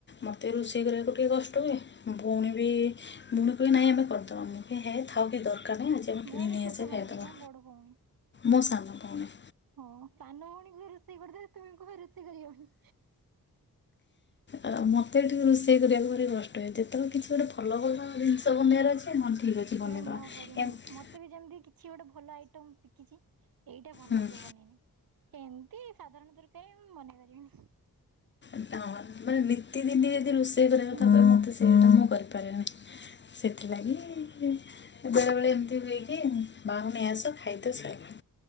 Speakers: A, on the left; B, on the right.
A: ମୋତେ ରୁଷେଇ କରିବାକୁ ଟିକେ କଷ୍ଟ ହୁଏ। ଭଉଣୀ ବି ଭୁଣି କହେ, ନାଇଁ ଆମେ କରଦବା। ମୁଁ କହେ ହେ ଥାଉ କିଛି ଦରକାର ନାହିଁ। ଆଜି ଆମେ କିଣି
B: ଭଉଣୀ
A: ନେଇ
B: ଛୁଟ
A: ଆସିବା
B: ଭଉଣି
A: ଖାଇଦେବା
B: ନା ବଡ ଭଉଣି?
A: ମୋ ସାନ ଭଉଣି।
B: ହଁ ସାନ ଭଉଣୀ ବି ରୋଷେଇ କରିଦେଲେ ତୁମକୁ ବି ରୋଷେଇ କରିହଉନି।
A: ଆଉ ମତେ ବି ଟିକେ ରୁଷେଇ କରିବାକୁ ଭାରି କଷ୍ଟ ହୁଏ। ଯେତେବେଳେ କିଛି ଗୋଟେ ଭଲ ଭଲ ଜିନିଷ ବନେଇବାର ଅଛି ଠିକ ଅଛି
B: ତମେ
A: ବନେଇବା।
B: ମୋ ପରି
A: ଏମତି
B: ମତେ ବି ଯେମିତି କିଛି ଗୋଟେ ଭଲ ଆଇଟମ ଶିଖିଛି ଏଇଟା ଭଲ
A: ହୁଁ
B: ଲାଗିବ ବନେଇନେ। ଏମିତି ସାଧାରଣ ତରକାରୀ ମୁଁ ବନେଇ ପାରିବିନି।
A: ନା ମାନେ ନିତି ଦିନି ଯଦି ରୋଷେଇ କରିବା
B: ହୁଁ
A: ତାପଲେ ମତେ ସେଇ କାମ କରିପାରେନି। ସେଥିଲାଗି ବେଳେବେେଳେ ଏମିତି ହୂଏକି ବାହାରୁ ନେଇ ଆସ ଖାଇଦିଅ ସଇଲା।